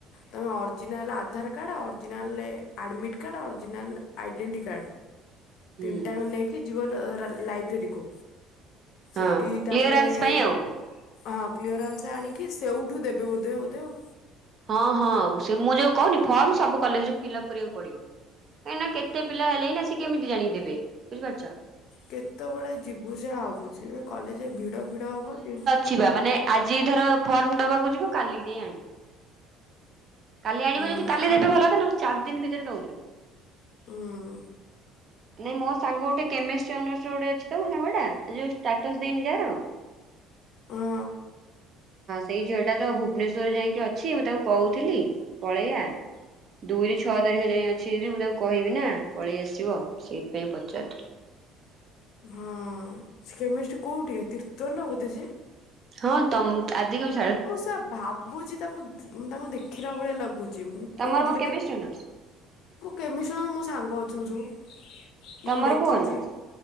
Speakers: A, on the left; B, on the right.
A: ତମେ original Aadhaar card, original admit card, original identity card
B: ହୁଁ।
A: ତିନିଟାଙ୍କ ନେଇକି ଯିବ ଲାଇବ୍ରେରୀ କୁ।
B: ହଁ
A: ସେଠି
B: କ୍ଲିୟରାନ୍ସ
A: ତାପରେ
B: ପାଇଁ
A: ଦେ
B: ଆଉ।
A: ହଁ କ୍ଲିୟରଆନ୍ସ ଆଣିକି ସେଇଠୁ ଦେବେ ବୋଧେ-ବୋଧେ ଆଉ।
B: ହଁ-ହଁ ସେ ମୁଁ ଯୋଉ କହୁନି ଫର୍ମ ସବୁ କଲେଜରେ ଫିଲ୍ଅପ୍ କରିବାକୁ ପଡିବ। କାହିଁକ ନା କେତେ ପିଲା ହେଲେଇଁ ନା ସେ କେମିତି ଜାଣିକି ଦେବେ ବୁଝିପାରୁଚ?
A: କେତେବଳେ ଯିବୁ ସେୟା ଭାବୁଚି କଲେଜେ ଭିଡ ଫିଡ ହବ ଦେ
B: ଖିବା ମାନେ ଆଜି ଧର ଫର୍ମ ଦବାକୁ ଯିବ, କାଲକି ଯାଇଁ ଆଣିବ। କାଲି ଆଣିବ
A: ଉଁ
B: ଯଦି କାଲି
A: ଆମ
B: ଦେବେ ଭଲ କଥା, ନହେଲେ ଚାରି ଦିନ ଭିତରେ ଦଉଚନ୍ତି।
A: ହୁଁ।
B: ନାଇଁ ମୋ ସାଙ୍ଗ ଗୋଟେ କେମେଷ୍ଟ୍ରୀ ଅନର୍ସର ଗୋଟେ ଅଛି ତ ମୋ ସାଙ୍ଗଟା ଏ ଯୋଉ ଏଯୋଉ ଷ୍ଟାଟସ୍ ଦେଇନି ଯହାର ହଁ
A: ହଁ
B: ସେଇ ଝିଅଟା ତ ଭୁବନେସ୍ୱରରେ ଯାଇଁକି ଅଛି ମୁଁ ତାକୁ କହୁଥିଲି ପଳେଇଆ ଦୁଇରୁ ଛଅ ତାରିଖ ଯାଏ ଅଛି ଯଦି ମୁଁ ତାକୁ କହିବି ନା ପଳେଇ ଆସିବ ସେଇଥିପାଇଁ ପଚାରୁଥିଲି।
A: ହଁ ସେ କେମେଷ୍ଟ୍ରି କୋଉଠିକା ତିର୍ତ୍ତୋଲ ର ବୋଧେ ସେ?
B: ହଁ ତମ ଆଦିକବି
A: ମୁଁ ସେୟା ଭାବୁଚି ତାକୁ ମୁଁ ତାଙ୍କୁ ଦେଖିଲା ଭଳିଆ ଲାଗୁଚି, ମୁଁ
B: ତମର
A: କୋଉଠି
B: କଣ
A: ଲେଖା
B: କେମିଷ୍ଟ୍ରି ଅନର୍ସ
A: ମୁଁ କେମିଷ୍ଟ୍ରୀ ଅନର୍ସ ମୋ ସାଙ୍ଗ ଅଛନ୍ତି ସବୁ
B: ତମର
A: ମୁଁ ଦେଖିଚି।
B: କୋଉ ଅନର୍ସ?